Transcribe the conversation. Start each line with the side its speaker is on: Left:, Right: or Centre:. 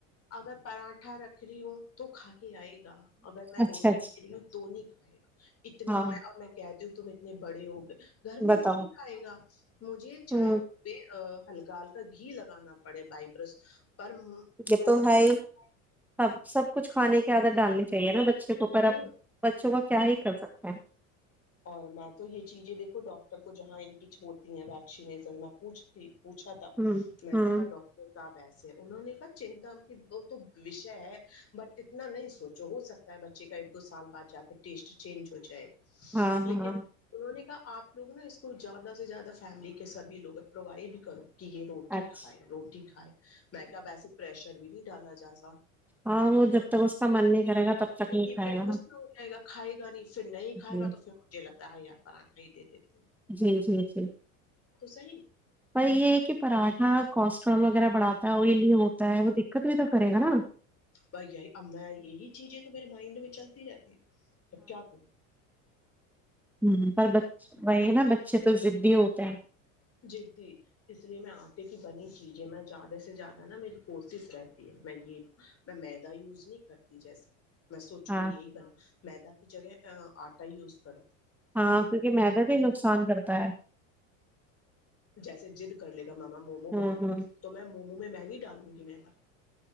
Left: اگر پراٹھا رکھ رہی ہوں تو کھا کے آئے گی اگر میں روٹی
Centre: اچھا اچھا
Left: دے رہی ہوں تو نہیں <unintelligible> اتنا
Centre: ہاں
Left: میں اور میں کیا تم اتنے بڑے ہو گئے گھر میں
Centre: بتاؤ
Left: بھی کائے گا مجھے
Centre: ہوں
Left: چائے پہ ہلکا ہلکا گھی لگانا پڑے بائبرس پر
Centre: یہ
Left: روٹی
Centre: تو ہے
Left: نہیں
Centre: ہی سب سب کچھ کھانے کی عادت ڈالنی چاہیے نا بچے کو اور
Left: ہوں
Centre: اب بچوں وہ کیا ہی کر سکتے ہیں
Left: اور میں تو یہ چیزیں دیکھوں ڈاکٹر کو جہاں ان کی چھوڑتی ہیں ویکسینیسن میں پوچھتی پوچھا تھا
Centre: ہوں
Left: میں نے
Centre: ہوں
Left: کا ڈاکٹر کتاب ایسے انہوں نے کہا چنتا کی وہ تو وشے ہے بٹ اتنا نہیں سوچو ہو سکتا ہے بچے کا ایک دو سال بعد جا کے ٹیسٹ چینج ہو جائے
Centre: ہاں
Left: لیکن
Centre: ہاں
Left: انہوں نے کہ آپ لوگ نا اس کو زیادہ سے زیادہ فیملی کے سبھی لوگ ہیں پرووائڈ کرو کہ یہ روٹی
Centre: اچھا
Left: کھائے روٹی کھائے میں کیا وسے پرریشر بھی نہیں ڈالا جا سا
Centre: ہاں وہ
Left: ےے
Centre: جب تک اس کا من نہیں کرے گا تب تک نہیں
Left: پھر
Centre: کھائے گا
Left: کا
Centre: نا
Left: ہو جائے گا کھائے گا نہیں پھر نہیں کھائے
Centre: جی
Left: گا تو پھر مے لگتا ہے یار آنھا دے دیتے
Centre: جی جی جی
Left: صحیح
Centre: پر یہ ہے کہ پراٹھا کوسٹرول وغیرہ بڑھاتا ہے وہی لیے ہوتا ہے وہ دقت بھی تو ے گ نا
Left: بھائیائی ا یہی چیزیں تو میرے مائنڈ میں چلتی رہتی ہیں اب کیا کرو
Centre: ہ پر وہی
Left: میں
Centre: نا بچے تو دی ہوتے ہیں
Left: جدی اس لیے میں آٹے کی بنی جیے میں زیادہ سے زیادہ نا میری کوسش رہتی ہے میں یہ میں میدا یوز نہیں کرتی جیسے میں سوچوں
Centre: ہاں
Left: گی یہی با میدا کی جگہ آٹا یوز کر
Centre: ہاں کیونکہ میدا بھی نقصان کرتا ہے
Left: جیسے جد کر لیتے ماما مومو بناؤ
Centre: ہوں ہوں
Left: تو میں مومو نہ میں نہیں ڈالوں گی میں ت